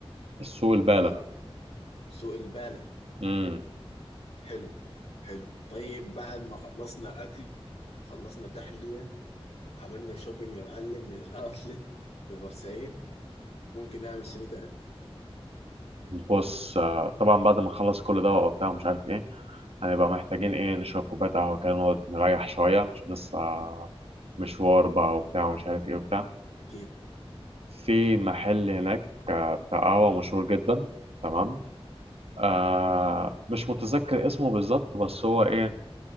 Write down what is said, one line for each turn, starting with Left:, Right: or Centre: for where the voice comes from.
Right: السوق البالة
Left: جميل سوق البالة
Right: مم.
Left: حلو حلو طيب بعد ما خلصنا اكل خلصنا تحلية وعملنا شوبينج يا معلم من الاوتلت في بورسعيد ممكن نعمل شنو تاني
Right: بص آه، طبعا بعد ما نخلص كل ده وبتاع ومش عارف ايه هنبقى محتاجين ايه نشرب كوباية قهوة كده نقعد نريح شوية عشان لسه مشوار بقى وبتاع ومش عارف ايه وبتاع
Left: اكيد
Right: في محل هناك آه، بتاع قهوة مشهور جدا تمام آه
Left: تمام
Right: مش متذكر اسمه بالظبط بس هو ايه